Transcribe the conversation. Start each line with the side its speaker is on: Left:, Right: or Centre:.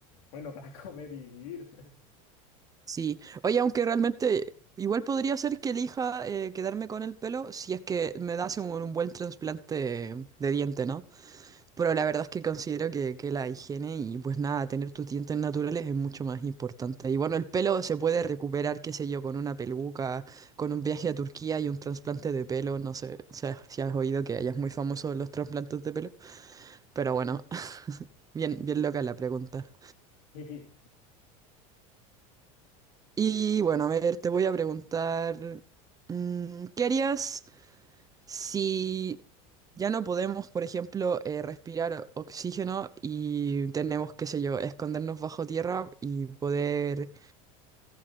Left: bueno, para <laughs> comer y vivir. <laughs>
Right: Sí. Oye, aunque realmente igual podría ser que elija eh, quedarme con el pelo si es que me das un, un buen trasplante de diente, ¿no? Pero la verdad es que considero que, que la higiene y pues nada, tener tus dientes naturales es mucho más importante. Y bueno, el pelo se puede recuperar, qué sé yo, con una peluca, con un viaje a Turquía y un trasplante de pelo. No sé, o sea, si has oído que allá es muy famoso los trasplantes de pelo. Pero bueno, <laughs> bien, bien loca la pregunta.
Left: Y
Right: Y bueno, a ver, te voy a preguntar, mm, ¿qué harías Si ya no podemos, por ejemplo, eh, respirar oxígeno y tenemos, qué sé yo, escondernos bajo tierra y poder,